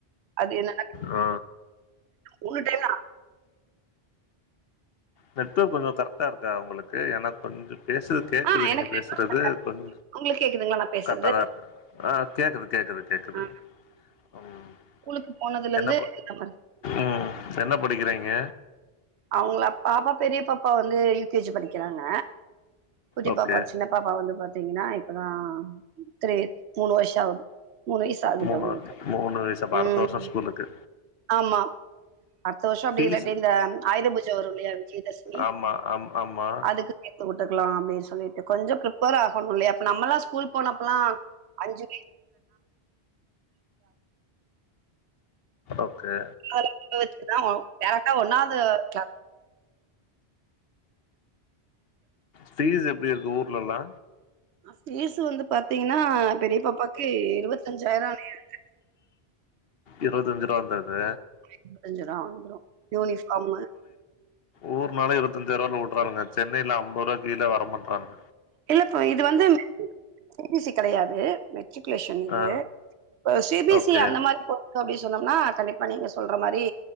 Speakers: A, on the right; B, on the left.
A: அது என்ன
B: ஆ
A: உன்னுட்டேனா
B: நெட் ஒர்க் கொஞ்சோ கரெக்டா இருக்கா உங்களுக்கு எனக்கு கொஞ்சோ பேசறது கேக்குது
A: ஆ
B: நீங்க
A: எனக்கு
B: பேசறது
A: ரெகுலர் பண்றாங்க.
B: கொஞ்
A: உங்களுக்கு கேக்குதுங்களா நான் பேசுறது?
B: கரெக்டாதா இருக்கு ஆ கேக்குது கேக்குது கேக்குது
A: ஆ
B: ம்
A: ஸ்கூலுக்கு போனதுலருந்து
B: என்ன
A: இந்த மாரி
B: ம் என்ன படிக்கறீங்க
A: அவுங்கள பாப்பா பெரிய பாப்பா வந்து யூ கே ஜி படிக்கிறாங்க குட்டி
B: ஓகே
A: பாப்பா சின்ன பாப்பா வந்து பாத்தீங்கன்னா இப்பதான் த்ரீ மூணு வருஷோ ஆகுது மூணு வயசு ஆகுது
B: மூணு
A: அவுங்களுக்கு
B: மூணு வயசு அப்ப அடுத்த
A: ம்
B: வருஷோ ஸ்கூல் இருக்கு
A: ஆமா அடுத்த வருஷோ அப்டி
B: ஃபீஸ்
A: இல்லாட்டி இந்த ஆயுத பூஜ வரு இல்லயா விஜயதசமி
B: ஆமா ஆம் ஆமா
A: அதுக்கு சேத்து விட்டுக்கலா அப்டின்னு சொல்லிட்டு கொஞ்சோ ப்ரிப்பேர் ஆகனு இல்லயா அப்ப நம்மெல்லா ஸ்கூல் போனப்பல்லா அஞ்சு <inaudible>
B: ஓகே
A: <inaudible> வெச்சுதா டைரக்டா ஒன்னாவது கிளா
B: ஃபீஸ் எப்டி இருக்கு ஊர்ல எல்லா
A: ஃபீஸ் வந்து பாத்தீங்கன்னா பெரிய பாப்பாக்கு இருவத்தஞ்சாயிரோ ஆகி இருக்கு
B: இருவத்தஞ்சு ரூவா வந்திருது
A: இருவத்தஞ்சிரூவா வந்திரு யூனிஃபார்மு
B: ஊர்னால இருவத்தஞ்சாயிர ரூவால விடுறாங்க சென்னைல அம்பது ரூவாக்கு கீழ வர மாட்றாங்க
A: இல்லப்பா இது வந்து சி பி சி கெடயாது மெட்ரிகுலேஷன் இது
B: ஆ
A: C B S
B: okay
A: C அந்த மாரி அப்டி சொன்னம்னா கண்டிப்பா நீங்க சொல்ற மாரி